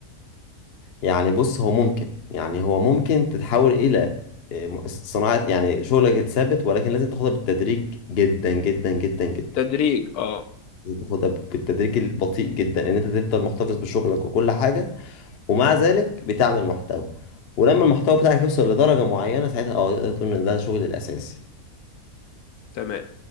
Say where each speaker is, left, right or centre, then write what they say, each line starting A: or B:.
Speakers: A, on the left; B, on the left.
A: يعني بص هو ممكن يعني هو ممكن تتحول الى آه، م- صناعة يعني شغلك ثابت ولكن لازم تاخدها بالتدريج جدا جدا جدا جدا
B: تدريج اه
A: لازم تاخدها بالتدريج البطيء جدا ان انت تفضل محتفظ بشغلك وكل حاجة ومع ذلك بتعمل محتوى ولما المحتوى بتاعك يوصل لدرجة معينة ساعتها اه تقدر تقول ان ده شغل الأساسي
B: تمام